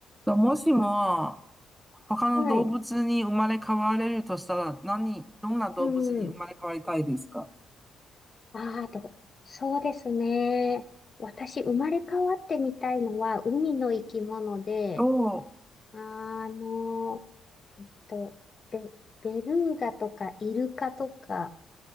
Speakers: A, in the centre; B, on the left (about 35°).
A: ともしも、他の動物に生まれ変われるとしたら、
B: はい。
A: 何、どんな動物に生まれ変わりたいですか
B: うん。ああ、と、そうですね。私、生まれ変わってみたいのは、海の生き物で、
A: おー、
B: あの、えっと、ベ、ベルーガとかイルカとか